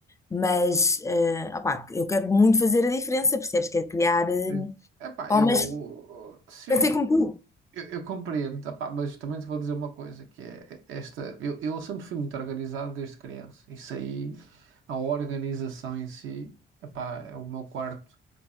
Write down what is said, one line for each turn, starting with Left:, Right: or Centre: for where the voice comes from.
Left: Mas, eh, opá, eu quero muito fazer a diferença, percebes? Quero criar eh,
Right: Sim. Epá,
Left: homens
Right: eu
Left: que
Right: sim,
Left: pensem como tu.
Right: eu, eu compreendo, epá, mas também te vou dizer uma coisa, que é esta, eu, eu sempre fui muito organizado desde criança. Isso aí, a organização em si, epá, o meu quarto